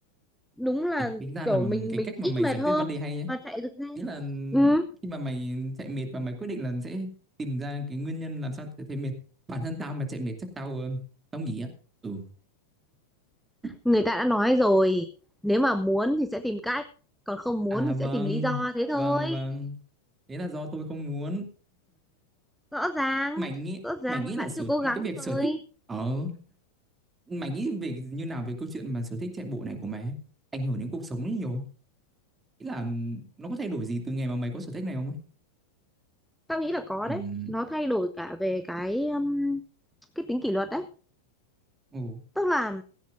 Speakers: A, in the centre; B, on the right.
A: đúng là
B: Ý, Tính ra
A: kiểu
B: là
A: mình
B: cái
A: mình
B: cách mà
A: ít
B: mày
A: mệt
B: giải
A: hơn
B: quyết vấn đề hay nhé.
A: mà chạy được nhanh
B: Ý là
A: ừ,
B: khi mà mày chạy mệt và mày quyết định là sẽ tìm ra cái nguyên nhân làm sao chạy thấy mệt. Bản thân tao mà chạy mệt chắc tao ờ, tao nghỉ á. Ừ. <laughs>
A: người ta đã nói rồi nếu mà muốn thì sẽ tìm cách còn không muốn
B: À
A: thì
B: vâng,
A: sẽ tìm lý do thế thôi
B: vâng vâng. Thế là do tôi không muốn.
A: rõ ràng
B: Mày nghĩ
A: rõ ràng
B: mày nghĩ
A: là bạn
B: là sở
A: chưa cố
B: cái
A: gắng
B: việc
A: rồi
B: sở thích ở mày nghĩ về như nào về câu chuyện mà sở thích chạy bộ này của mày ấy, ảnh hưởng đến cuộc sống ấy nhiều. không? Ý là nó có thay đổi gì từ ngày mà mày có sở thích này không ấy?
A: tao nghĩ là có
B: Ừm.
A: đấy nó thay đổi cả về cái um, cái tính kỷ luật đấy
B: Ồ,
A: tức là